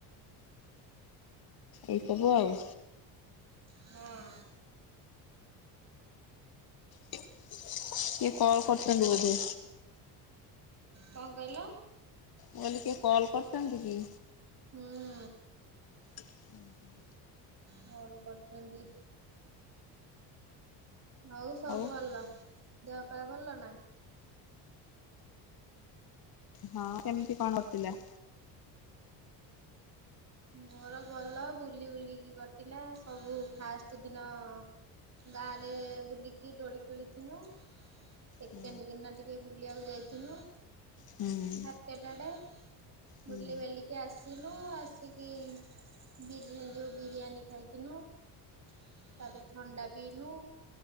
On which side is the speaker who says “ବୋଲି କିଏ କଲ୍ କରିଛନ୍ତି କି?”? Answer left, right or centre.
Left